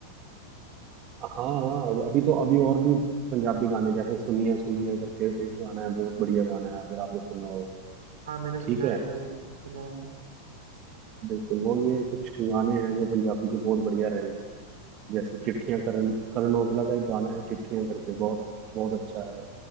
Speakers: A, on the right; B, on the right.
A: हाँ हाँ अब- अभी तो अभी और भी पंजाबी गाने जैसे सुनिए सुनिए करके एक गाना है बहुत बढ़िया गाना है अगर आपने सुना हो
B: हाँ मैंने सुना
A: ठीक है
B: है भाई सुना है
A: बिल्कुल वो ये कुछ गाने हैं जो पंजाबी के बहुत बढ़िया रहे हैं जैसे चिट्ठियां करण करण औजला का एक गाना है चिट्ठियां करके बहुत बहुत अच्छा है